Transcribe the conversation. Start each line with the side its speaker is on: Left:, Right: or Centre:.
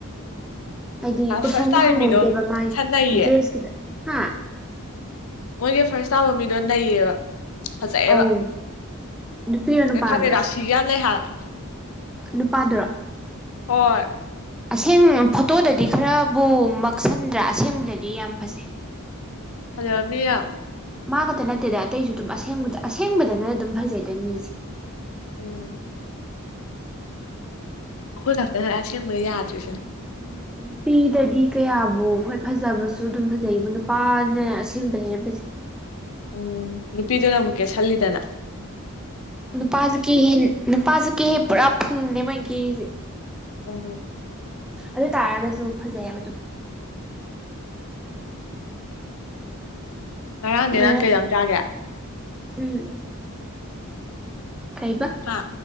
Centre: ꯍꯥꯏꯗꯤ
Left: ꯑ
Centre: ꯀꯣꯏꯁꯟ
Left: ꯐꯥꯔꯁ ꯇꯥꯕ
Centre: ꯍꯪꯍꯧꯗꯦꯕ
Left: ꯃꯤꯗꯣ
Centre: ꯃꯥꯒꯤ
Left: ꯈꯔ ꯅꯩꯌꯦ
Centre: ꯗ꯭ꯔꯦꯁꯀꯤꯗ ꯍꯥ
Left: ꯃꯣꯏꯒꯤ ꯐꯥꯔꯁ ꯇꯥꯕ ꯃꯤꯗꯣ ꯅꯩꯌꯦꯕ ꯐꯖꯩꯑꯦꯕ
Centre: ꯑꯧ ꯅꯨꯄꯤꯔꯣ ꯅꯨꯄꯥꯗꯨꯔꯣ
Left: ꯈꯪꯗꯦ ꯔꯥꯁꯤꯒ ꯌꯥꯝ ꯂꯩ ꯍꯥꯏꯕ
Centre: ꯅꯨꯄꯥꯗꯨꯔꯣ
Left: ꯍꯣꯏ
Centre: ꯑꯁꯦꯡ ꯐꯣꯇꯣꯗꯗꯤ ꯈꯔꯕꯨ ꯃꯛꯁꯟꯗ꯭ꯔꯥ ꯑꯁꯦꯡꯕꯗꯗꯤ ꯌꯥꯝ ꯐꯖꯩ <inaudible>
Left: ꯐꯖꯔꯝꯅꯤ ꯌꯥꯝ
Centre: ꯃꯥ ꯈꯛꯇ ꯅꯠꯇꯦꯗ ꯑꯇꯩꯁꯨ ꯑꯗꯨꯝ ꯑꯁꯦꯡꯕ ꯑꯁꯦꯡꯕꯗꯅ ꯑꯗꯨꯝ ꯐꯖꯩꯗ ꯃꯤꯁꯦ
Left: ꯎꯝ ꯑꯩꯈꯣꯏ ꯈꯛꯇꯅꯦ ꯑꯁꯦꯡꯕꯗ ꯌꯥꯗ꯭ꯔꯤꯁꯤꯅ
Centre: ꯎꯝ ꯅꯨꯄꯤꯗꯗꯤ ꯀꯌꯥꯕꯨ ꯍꯣꯏ ꯐꯖꯕꯁꯨ ꯑꯗꯨꯝ ꯐꯖꯩꯕꯨ ꯅꯨꯄꯥꯅ ꯑꯁꯦꯡꯕꯅ ꯍꯦꯟꯅ ꯐꯖꯩ
Left: ꯎꯝ ꯅꯨꯄꯤꯗꯨꯅ ꯃꯨꯛ ꯀꯦꯁꯜꯂꯤꯗꯅ
Centre: ꯅꯨꯄꯥꯁꯨ ꯀꯦꯍꯦ ꯅꯨꯄꯥꯁꯨ ꯀꯦꯍꯦ ꯄꯨꯔꯥ ꯐꯨꯜꯂꯦ ꯃꯣꯏ ꯀꯦꯔꯤꯁꯦ
Left: ꯎꯝ
Centre: ꯑꯗꯨꯏ ꯇꯥꯔꯒꯁꯨ ꯐꯖꯩꯑꯕ ꯑꯗꯨꯝ
Left: ꯉꯔꯥꯡꯗꯤ
Centre: ꯉꯔꯥꯡ
Left: ꯅꯪ ꯀꯩ ꯏꯟꯁꯥꯡ ꯆꯥꯒꯦ
Centre: ꯎꯝ ꯀꯩꯕ
Left: ꯍꯥ